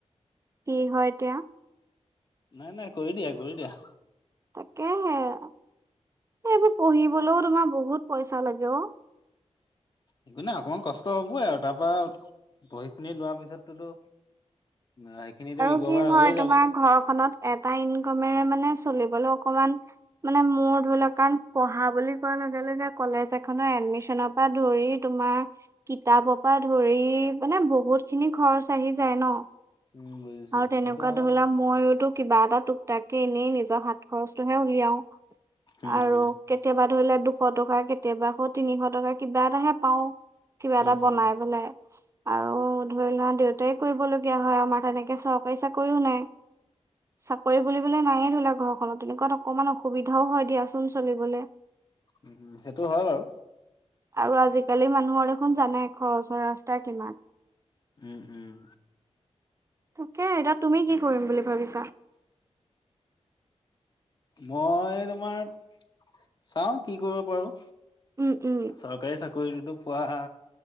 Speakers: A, on the right (about 25°); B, on the left (about 40°).
A: কি হয় এতিয়া
B: নাই নাই কৰি দিয়া কৰি দিয়া
A: তাকেহে এই এইবোৰ পঢ়িবলৈও তোমাৰ বহুত পইচা লাগে অ
B: একো নাই অকমান কষ্ট হবই আৰু তাৰ পৰা পঢ়ি শুিনি লোৱাৰ পিছতোতো সেইখিনিতো
A: আৰু
B: ৰিকভাৰ
A: কি হয়
B: হৈয়ে যাব।
A: তোমাৰ ঘৰখনত এটা ইনকামেৰে মানে চলিবলৈ অকমান মানে মোৰ ধৰি লওক কাৰণ পঢ়া বুলি কোৱাৰ লগে লগে কলেজ এখনৰ এডমিশ্যনৰপা ধৰি তোমাৰ কিতাপপা ধৰি মানে বহুত খিনি খৰচ আহি যায় ন
B: উম বুজিছো
A: আৰু তেনেকোৱা
B: সেইটো হয়
A: ধৰি
B: বাৰু
A: লোৱা মইওতো কিবা এটা টোক টাককে এনেই নিজৰ হাত খৰচটোহে উলিয়াও
B: উম
A: আৰু
B: হম
A: কেতিয়াবা ধৰি লা দুশ টকা কেতিয়াবা খৌ তিনিশ টকা কিবা এটাহে পাওঁ। কিবা
B: উম
A: এটা বনাই
B: উম
A: পেলাই আৰু ধৰি লোৱা দেউতাই কৰিবলগীয়া হয় আমাৰ তেনেকে এ চৰকাৰী চাকৰিও নাই, চাকৰি বুলিবলৈ নায়ে ধৰিলা ঘৰখনত তেনেকুৱাত অকমান অসুবিধাও হয় দিয়াচোন চলিবলৈ।
B: উম, সেইটো হয় বাৰু।
A: আৰু আজিকালি মানুহৰ দেখোন জানাই খৰচৰ ৰাস্তা কিমান।
B: উম, উম।
A: <inaudible> এ এতিয়া তুমি কি কৰিম বুলি ভাবিছা?
B: মই তোমাৰ চাওঁ কি কৰিব পাৰোঁ।
A: উম উম
B: চৰকাৰী চাকৰিটোতো পোৱা হা